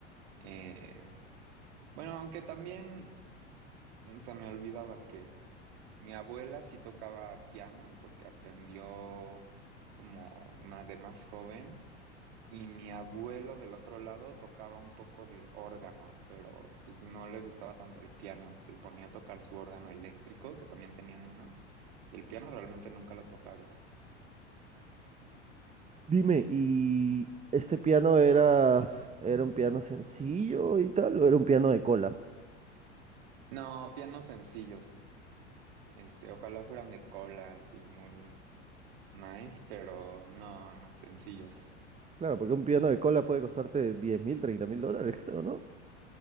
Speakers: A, on the right (about 60°); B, on the right (about 20°).
A: Eh, bueno, aunque también mm, se me olvidaba que mi abuela sí tocaba piano porque aprendió como ma- de más joven. Y mi abuelo del otro lado tocaba un poco de órgano, pero pues no le gustaba tanto el piano. Se ponía a tocar su órgano eléctrico, que también tenían uno. El piano realmente nunca lo tocaron.
B: Dime, ¿y este piano era, era un piano sencillo y tal, o era un piano de cola?
A: No, pianos sencillos. Este, ojalá fueran de cola, así muy nice, pero no, no, sencillos.
B: Claro, porque un piano de cola puede costarte diez mil, treinta mil dólares, <laughs> creo, ¿no?